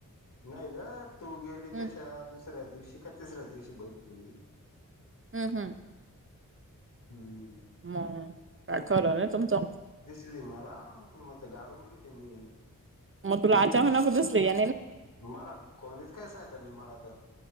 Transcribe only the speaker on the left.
नाही ग तू गेली
त्याच्याा दुसऱ्या दिवशी का तिसऱ्या दिवशी बली तुम्ही.
हम्म.
ली मला म गालून बघितली मी.
मला कोणीच काय सांगित नाही मला तर